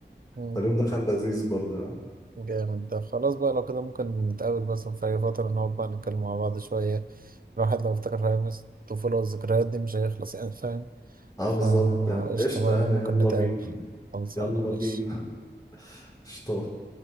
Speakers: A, on the right; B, on the left.
A: مم.
B: فاليوم ده كان لذيذ برضه يعني
A: جامد ده خلاص بقى لو كده ممكن نتقابل بس في أي فترة نقعد بقى نتكلم مع بعض شوية الواحد لو افتكر أيام الطفولة والذكريات دي مش هيخلص يعني فاهم
B: اه
A: فقشطة
B: بالظبط يعني قشطة
A: بقى ممكن
B: يعني يلا
A: نتقابل
B: بينا
A: خلصانة
B: يلا
A: ماشي
B: بينا <laughs> قشطة